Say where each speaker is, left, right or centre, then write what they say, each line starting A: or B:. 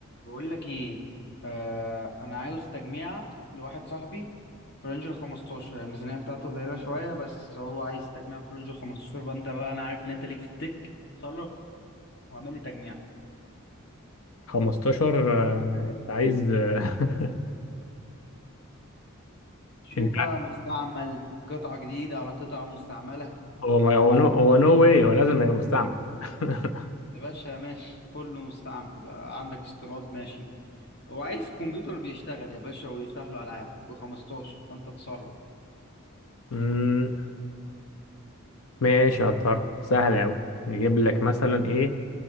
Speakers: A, on the left (about 50°); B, on the left (about 75°).
A: بقول لك ايه آه انا عاوز تجميع لواحد صاحبي في رينج ال 15 الميزانيه بتاعته قليله شويه بس هو عايز تجميع في رينج ال 15 فانت بقى انا عارف ان انت ليك في التك تصرف واعمل لي تجميع
B: 15 آه، انت عايز آه، <laughs>
A: شوف
B: انت
A: بقى
B: عايز-
A: مستعمل قطعه جديده على قطعه مستعمله
B: هو ما هو نو هو نو واي هو لازم هيبقى مستعمل <laughs>
A: يا باشا ماشي كله مستعمل بقى عندك استيراد ماشي هو عايز كمبيوتر بيشتغل يا باشا ويفتح له العاب ب 15 فانت تصرف
B: مم، ماشي هضطر سهل قوي نجيب لك مثلا ايه